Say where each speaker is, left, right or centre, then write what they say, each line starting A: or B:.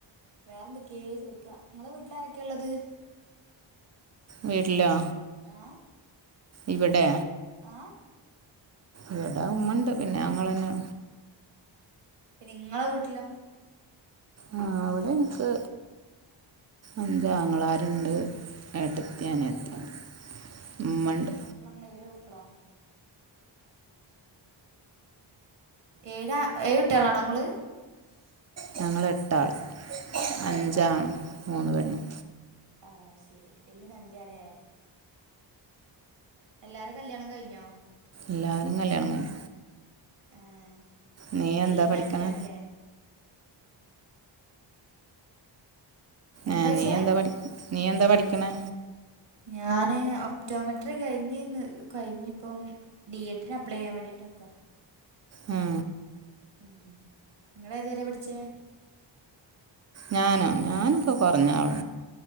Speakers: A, on the right; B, on the right.
A: വേറെ എന്തൊക്കെയേ ചോദിക്കാ നിങ്ങളെ വീട്ടില് ആാരൊക്കെ ഉള്ളത്.
B: വീട്ടിലോ?
A: ആഹ്
B: ഇവിടെ
A: ആഹ്
B: ഇവിടാ ഉമ്മണ്ട്. പിന്നെ ഞങ്ങള് അന്നെ.
A: നിങ്ങളെ വീട്ടിലോ
B: ആ അവിടെ എനിക്ക് അഞ്ചാങ്ങളര് ണ്ട്. ഏട്ടത്തി,
A: ആഹ്
B: അനിയത്തി, ഉമ്മണ്ട്.
A: കളെന്താ എയ് മക്കളോ ഏഴാ ഏഴു കുട്ടികളാണോ നിങ്ങള്?
B: ഞങ്ങള് എട്ടാള്
A: എട്ടാൾക്കാരോ
B: അഞ്ചാണ് മൂന്ന് പെണ്ണും
A: ആഹ് ശരി വലിയ ഫാമിലിയല്ലേ? എല്ലാരും കല്യാണം കഴിഞ്ഞോ?
B: എല്ലാരിം കല്യാണം കഴിഞ്ഞ്.
A: ഏഹ്
B: നീ
A: വല്യ
B: എന്താ പഠിക്കണ്?
A: ഫാമിലിയാണ്ല്ലേ എന്താച്ചേ
B: ഏ. നീ എന്താ പഠി. നീ എന്താ പഠിക്കണെ?
A: ഞാന് ഒപ്റ്റോമെറ്ററി കഴിഞ്ഞിന്ന്. കഴിഞ്ഞിപ്പം. ഡി എഡിന് അപ്ലൈ ചെയ്യാൻ വേണ്ടിട്ട് നിക്കാ.
B: ഉം.
A: ഉം. ങ്ങള് ഏതുവരെ പട്ച്ചേ?
B: ഞാനോ ഞാനിപ്പോ കൊറഞ്ഞാള.